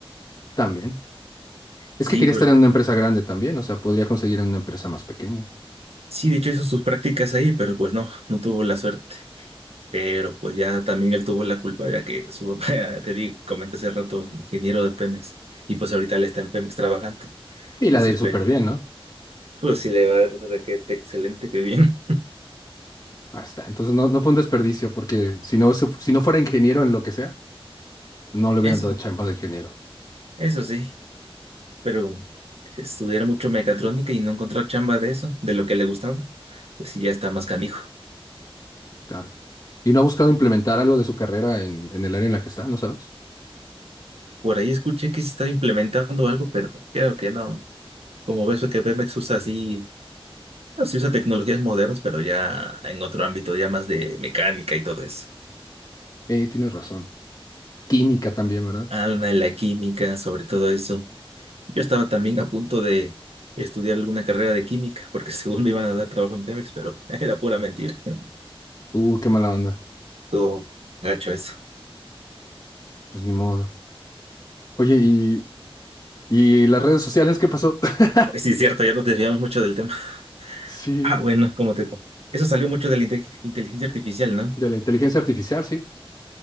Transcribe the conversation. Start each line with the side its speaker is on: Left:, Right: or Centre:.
Left: también. Es
Right: Sí,
Left: que quería
Right: por,
Left: estar en una empresa grande también, o sea, podría conseguir en una empresa más pequeña.
Right: sí, de hecho hizo sus prácticas ahí, pero pues no, no tuvo la suerte. pero pues ya también él tuvo la culpa, ya que su papá, <laughs> te di, comenté hace rato, ingeniero de Pemex, y pues ahorita él está en Pemex trabajando.
Left: Y
Right: Es
Left: la de
Right: decir,
Left: ir súper
Right: pe-
Left: bien, ¿no?
Right: pues sí le va a dar que te- excelente, qué bien.
Left: Ahí está. Entonces no, no fue un desperdicio porque si no, se- si no fuera ingeniero en lo que sea, no le hubieran
Right: <laughs> Eso,
Left: dado chamba de ingeniero.
Right: eso sí, pero estudiar mucho mecatrónica y no encontrar chamba de eso, de lo que le gustaba, pues sí ya está más canijo.
Left: Claro. Y no ha buscado implementar algo de su carrera en, en el área en la que está, ¿no sabes?
Right: Por ahí escuché que se está implementando algo, pero creo que no. Como ves, que Pemex usa así, no, sí usa tecnologías modernas, pero ya en otro ámbito, ya más de mecánica y todo eso.
Left: Eh, tienes razón. Química también, ¿verdad?
Right: alma en la química, sobre todo eso. Yo estaba también a punto de estudiar alguna carrera de química, porque <laughs> según me iban a dar trabajo en Pemex, pero <laughs> era pura mentira. <laughs>
Left: Uh, qué mala onda.
Right: Todo gacho eso.
Left: Pues ni modo. Oye, ¿y, y las redes sociales qué pasó? <laughs>
Right: Pues sí, cierto, ya nos desviamos mucho del tema. <laughs>
Left: Sí,
Right: Ah, bueno, como te... Eso salió mucho de la inte- inteligencia artificial, ¿no?
Left: de la inteligencia artificial, sí,